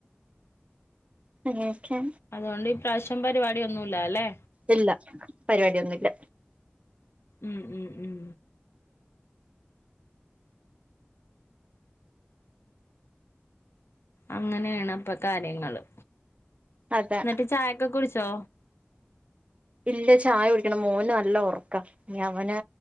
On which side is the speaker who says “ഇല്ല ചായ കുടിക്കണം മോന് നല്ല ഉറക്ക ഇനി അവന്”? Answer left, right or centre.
Right